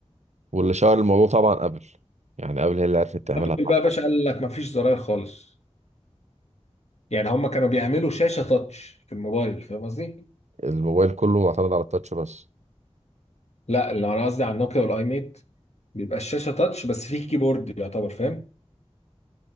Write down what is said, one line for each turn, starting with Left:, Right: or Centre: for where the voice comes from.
Right: واللي شهر الموضوع طبعا ابل يعني ابل هي اللي عرفت تعملها
Left: ابل بقى يا باشا قال لك ما فيش زراير خالص يعني هم كانوا بيعملوا شاشه تاتش في الموبايل فاهم قصدي
Right: الموبايل كله معتمد على التاتش بس
Left: لا اللي انا قصدي على النوكيا والاي ميت بيبقى الشاشه تاتش بس فيه كيبورد يعتبر فاهم